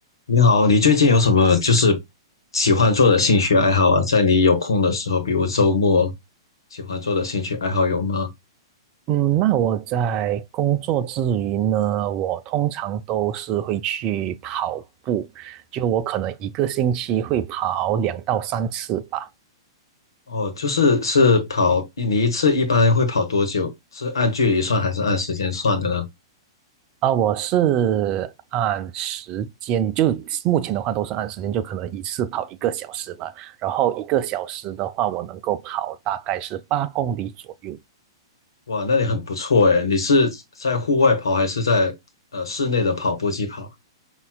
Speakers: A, on the left; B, on the right.
A: 你好，你最近有什么就是喜欢做的兴趣爱好啊？在你有空的时候，比如周末，喜欢做的兴趣爱好有吗？
B: 嗯，那我在工作之余呢，我通常都是会去跑步，就我可能一个星期会跑两到三次吧。
A: 哦，就是是跑，你一次一般会跑多久？是按距离算还是按时间算的呢？
B: 啊、我是按时间，就目前的话都是按时间，就可能一次跑一个小时吧。然后一个小时的话，我能够跑大概是八公里左右。
A: 哇，那你很不错诶，你是在户外跑还是在呃室内的跑步机跑？